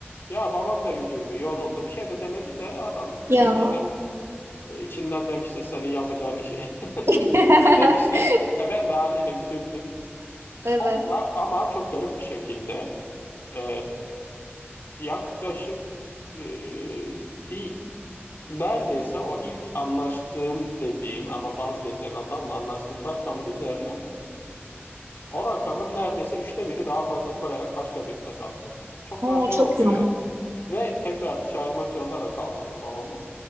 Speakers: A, on the left (about 60°); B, on the right (about 75°).
A: Ya babam da üzüldü yoruldu bir şey de demedi de adam
B: Ya.
A: sonuçta İçinden demiştir senin yapacağın işi
B: <laughs>
A: <laughs> demiştir. Ya ben de haliyle üzüldüm. Sonra
B: Evet.
A: ama çok garip bir şekilde e, yaklaşık e, bir neredeyse o ilk anlaştığım dediğim ama vazgeçen adamla anlaştığım rakamın üzerine o rakamın neredeyse üçte biri daha fazla koyarak başka birine sattım. Çok
B: Oo,
A: daha şey
B: çok
A: oldu
B: iyi.
A: yani. Ve tekrar çağırmak zorunda da kalmadım babamı.